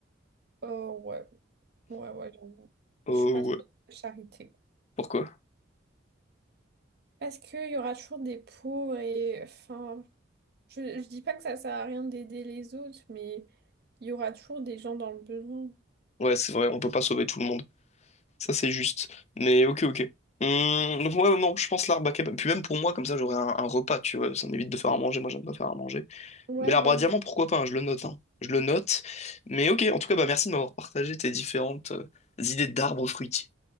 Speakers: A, on the right; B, on the left.
A: oh, ouais. Ouais, ouais, j'avoue.
B: Oh,
A: Je suis pas trop
B: ouais.
A: dans la charité.
B: Pourquoi?
A: Parce qu'il y aura toujours des pauvres et... Enfin, je, je dis pas que ça sert à rien d'aider les autres, mais il y aura toujours des gens dans le besoin.
B: Ouais, c'est vrai, on peut pas sauver tout le monde. Ça, c'est juste. Mais ok, ok. Hum, donc ouais, non, je pense l'arbre à kebab. Puis même pour moi, comme ça, j'aurais un, un repas, tu vois. Ça m'évite de faire à manger, moi, j'aime pas faire à manger.
A: Ouais,
B: Mais l'arbre
A: bonne
B: à diamant,
A: idée.
B: pourquoi pas, hein, je le note, hein. Je le note. Mais ok, en tout cas, bah, merci de m'avoir partagé tes différentes euh, idées d'arbres fruitiers.